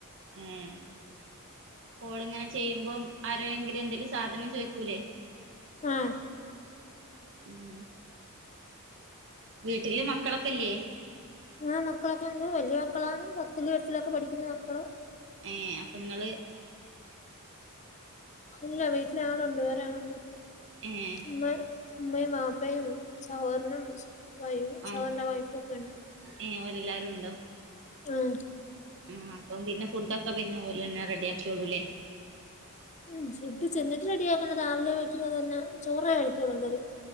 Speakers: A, on the right; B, on the left.
A: ഏഹ് കോളിങ്ങനെ ചെയ്യുമ്പോം ആരെങ്കിലും എന്തേലും സാധനം ചോയ്ക്കൂലേ
B: ഉം
A: ഉം വീട്ടില് മക്കളൊക്കെല്ലേ
B: ആ മക്കളൊക്കെ ഉണ്ട് വല്യ മക്കളാണ് പത്തിലും എട്ടിലൊക്കെ പഠിക്കുന്ന മക്കള്
A: ഏഹ് അപ്പൊ ങ്ങൾ
B: ഇല്ല വീട്ടിലാളുണ്ട് വേറെ ആളുണ്ട്
A: ഏഹ്
B: മ്മ ഉമ്മയും വാപ്പയും സഹോദരനും വൈ
A: ആഹ്
B: സഹോരൻ്റെ വൈഫൊക്കെ ഉണ്ട്
A: ഏഹ് ഓല് എല്ലാരും ണ്ടോ
B: ആഹ്
A: ആഹ് അപ്പം പിന്നെ ഫുഡൊക്കെ പിന്നെ ഓലെന്നെ റെഡി ആക്കിക്കോളുംലെ
B: ഉം ഫുഡ് ചെന്നിട്ട് റെഡിയാക്കേണ്ട രാവിലെ വെക്ക്ന്നത് തന്നെ ചോറേ കഴിക്കോള്ളൂ എല്ലാരും